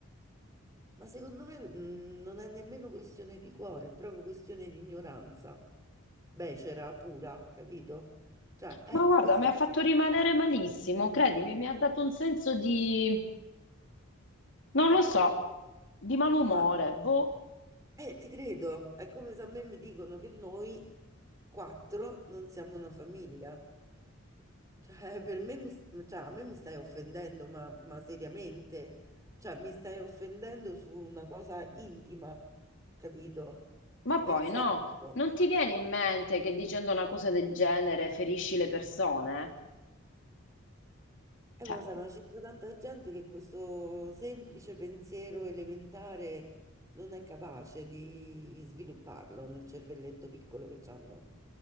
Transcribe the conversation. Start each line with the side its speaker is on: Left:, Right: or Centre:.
Right: ma secondo me mh, non è nemmeno questione di cuore, è proprio questione di ignoranza becera pura, capito? Cioè è
Left: Ma guarda,
Right: questione,
Left: mi ha fatto rimanere malissimo, credimi, mi ha dato un senso di, non lo so, di malumore,
Right: ma
Left: boh.
Right: eh, ti credo, è come se a me mi dicono che noi quattro non siamo una famiglia. Cioè, eh, per me mi, s- cioè, a me mi stai offendendo, ma, ma seriamente, cioè, mi stai offendendo su una cosa intima, capito?
Left: Ma
Right: Nel
Left: poi
Right: senso.
Left: no, non ti viene in mente che dicendo una cosa del genere ferisci le persone?
Right: Eh,
Left: Cioè,
Right: ma lo sai, ma ci sta tanta gente che questo semplice pensiero elementare non è capace di svilupparlo nel cervelletto piccolo che hanno.